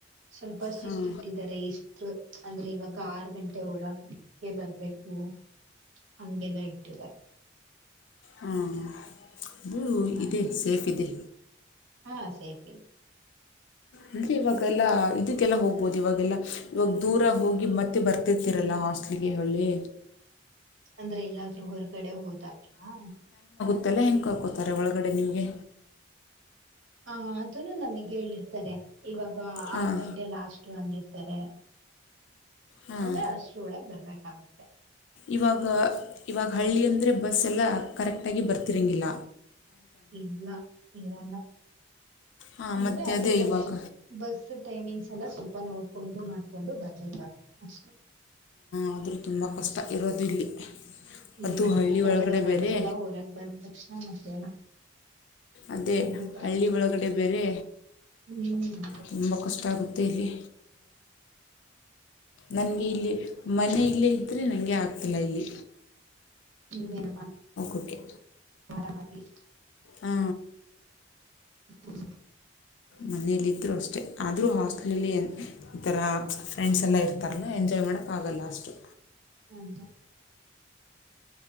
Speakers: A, on the right (about 85°); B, on the left (about 70°).
A: ಸ್ವಲ್ಪ ಸಿಟ್ಟಿಟ್ಟಿದ್ದಾರೆ
B: ಹಾಂ
A: ಇಷ್ಟು ಅಂದ್ರೆ ಇವಾಗ ಆರು ಗಂಟೆ ಒಳಗೆ ಬರ್ಬೇಕು ಹಂಗೆಲ್ಲಾ ಇಟ್ಟಿದ್ದಾರೆ
B: ಹ್ಮ್ ಓ
A: ಹಾ
B: ಇದೆ ಸೇಫ್ ಇದೆ
A: ಹಾ ಸೇಫ ಇದೆ
B: ಅಂದ್ರೆ ಇವಾಗೆಲ್ಲ ಇದಕ್ಕೆಲ್ಲ ಹೋಗ್ಬೋದು ಇವಾಗೆಲ್ಲ ಇವಾಗ ದೂರ ಹೋಗಿ ಮತ್ತೆ ಬರ್ತಿರ್ತಿರಲ್ಲ ಹಾಸ್ಟೇಲ್ ಹೊರಳಿ
A: ಅಂದ್ರೆ ಇಲ್ಲಾದ್ರೂ ಹೊರಗಡೆ ಹೋದಾಗ್ಲಾ
B: ಮತ್ತಲ್ಲ ಹೆಂಗೆ ಕರ್ಕೋತರೆ ಒಳಗಡೆ ನಿಮಗೆ
A: ಹಾ ಅದನ್ನು ನಮಗೆ ಹೇಳಿರ್ತ ತರೆ ಇವಾಗ
B: ಹಾಂ
A: ಆರ್ ಗಂಟೆ ಲಾಸ್ಟ್ ಅಂದಿರ್ತಾರೆ
B: ಹಾಂ
A: ಅಂದ್ರೆ ಅಷ್ಟುೊಳಗ್ ಬರ್ಬೇಕಾಗುತ್ತೆ
B: ಇವಾಗ ಇವಾಗ ಹಳ್ಳಿ ಅಂದರೆ ಬಸ್ ಎಲ್ಲ ಕರೆಕ್ಟಾಗಿ ಬರ್ತಿರೋಂಗಿಲ್ಲ
A: ಇಲ್ಲ ಇರಲ್ಲ
B: ಹಾಂ
A: ಅಂದ್ರೆ
B: ಮತ್ತು
A: ಅದೇ ಬಸ್
B: ಇವಾಗ
A: ಬಸ್ ಟೈಮಿಂಗ್ಸ್ ಎಲ್ಲ ಸ್ವಲ್ಪ ನೋಡ್ಕೊಂಡು ಮಾಡಕೊಂಡು ಬರ್ಬೇಕಾಗುತ್ತೆ ಅಷ್ಟೇ
B: ಆದರೂ ತುಂಬ ಕಷ್ಟ ಇರೋದು ಇಲ್ಲಿ ಅದು
A: ಏನ್ ಮಾಡಕ್ಗಲ್ಲ
B: ಹಳ್ಳಿ ಒಳಗಡೆ
A: ಒಂದ್ಸಲ
B: ಬೇರೆ
A: ಹೊರಾಗ ಬಂದ ತಕ್ಷಣ ಮತ್ತೆ
B: ಅದೇ
A: ಇರ್ಬೇಕಾಗತ್ತ
B: ಹಳ್ಳಿ ಒಳಗಡೆ ಬೇರೆ
A: ಹ್ಮ
B: ತುಂಬ ಕಷ್ಟ ಆಗುತ್ತೆ ಇಲ್ಲಿ ನನ್ಗೆ ಇಲ್ಲಿ ಮನೆ ಇಲ್ಲೇ ಇದ್ದ್ರರೆ ನನಗೆ ಆಕ ಇಲ್ಲ ಇಲ್ಲಿ
A: ನೀ ಬೇನ
B: ಓಕೆ.
A: ಆರಾಮಕಿ.
B: ಹಾ
A: ಹ
B: ಮನೆಯಲ್ಲಿದ್ದೂ ಅಷ್ಟೇ ಆದರೂ ಹಾಸ್ಟಲಲ್ಲಿ ಈ ಥರ ಫ್ರೆಂಡ್ಸ್ ಎಲ್ಲ ಇರ್ತಾರಲ್ಲ ಎಂಜಾಯ್ ಮಾಡೋಕ್ಕಾಗಲ್ಲ ಅಷ್ಟು.
A: <unintelligible>